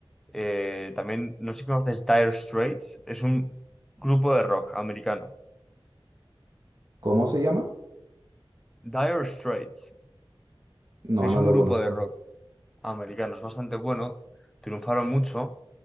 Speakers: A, in the centre; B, on the right.
A: Eh, también, no sé si conoces Dire Straits, es un grupo de rock americano.
B: ¿Cómo se llama?
A: Dire Straits
B: No,
A: es
B: no
A: un
B: lo
A: grupo
B: conozco.
A: de rock americano, es bastante bueno, triunfaron mucho,